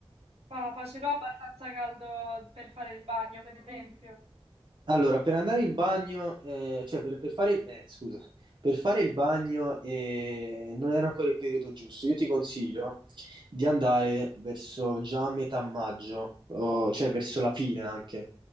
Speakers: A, on the right; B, on the right.
A: Ah, faceva abbastanza caldo per fare il bagno, per esempio.
B: Allora, per andare in bagno, eh, cioè per, per fare, eh, scusa, per fare il bagno eh, non era ancora il periodo giusto. Io ti consiglio di andare verso già metà maggio, o- cioè verso la fine anche.